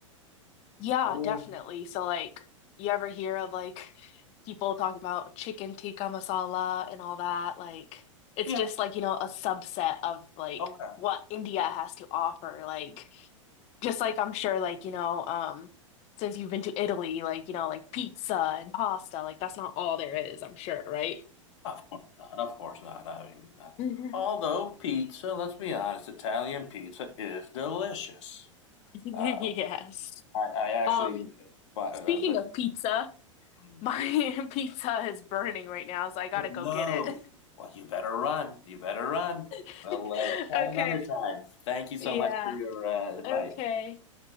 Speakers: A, on the left; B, on the left.
A: Yeah,
B: Or
A: definitely. So like you ever hear of like people talking about chicken tikka masala and all that? Like it's
B: yeah,
A: just like, you know, a subset of like
B: okay.
A: what India has to offer. Like just like I'm sure like, you know, um since you've been to Italy, like, you know, like pizza and pasta, like that's not all there is, I'm sure, right?
B: Of course not. Of course not. I mean, uh,
A: Mhm.
B: although pizza, let's be honest, Italian pizza is delicious.
A: <laughs> Yes.
B: Um, I, I actually,
A: Um,
B: uh, bu- uh,
A: speaking
B: the,
A: of pizza,
B: mm,
A: my <laughs> pizza is burning right now, so I gotta
B: Oh no.
A: go get it. <laughs>
B: Well, you better run. You better run.
A: <laughs>
B: We'll uh, chat
A: Okay.
B: another time. Thank you so
A: Yeah.
B: much for your uh, advice.
A: Okay.